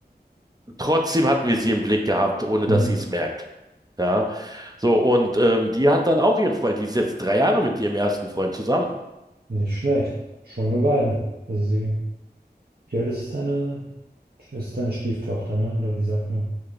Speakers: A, on the right; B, on the right.
A: Trotzdem hatten wir sie im Blick gehabt, ohne
B: Mhm.
A: dass sie es merkt. Ja, so und ähm, die hat dann auch ihren Freund. Die ist jetzt drei Jahre mit ihrem ersten Freund zusammen.
B: Nicht schlecht. Schon eine Weile. Also sie, wie alt ist deine, ist deine Stieftochter, ne? Oder wie sagt man?